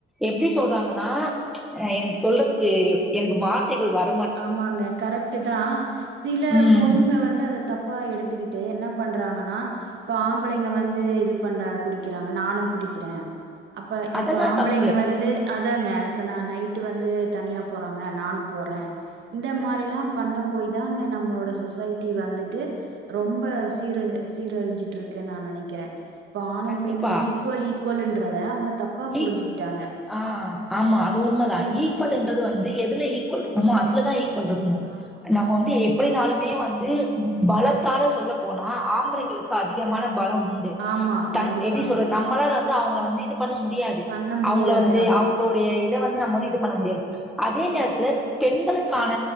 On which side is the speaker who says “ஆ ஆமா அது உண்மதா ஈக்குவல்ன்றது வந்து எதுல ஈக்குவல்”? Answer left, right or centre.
Centre